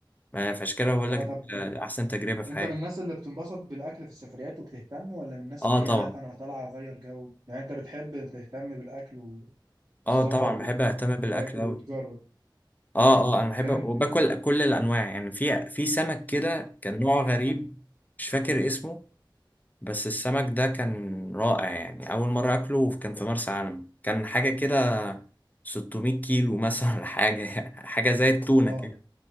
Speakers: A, on the left (about 20°); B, on the right (about 40°).
A: فعشان كده بقول
B: اه
A: لك
B: طب
A: آه، احسن تجربه في
B: انت
A: حياتي
B: من الناس اللي بتنبسط بالاكل في السفريات وبتهتم ولا من الناس
A: اه
B: اللي
A: طبعا
B: هي لا انا طالعة اغير جو يعني انت بتحب تهتم بالاكل وفي السفر
A: اه طبعا بحب
B: وت-
A: اهتم بالاكل
B: وتاكل
A: اوي
B: وتجرب
A: اه
B: امم
A: اه انا بحب
B: جامد
A: وباكل كل الانواع يعني في في سمك كده كان نوع
B: جدا
A: غريب مش فاكر اسمه بس السمك ده كان رائع يعني اول مره اكله كان في مرسى علم كان حاجه كده 600 كيلو مثلا ولا حاجه <laughs> حاجه زي التونه
B: واو
A: كده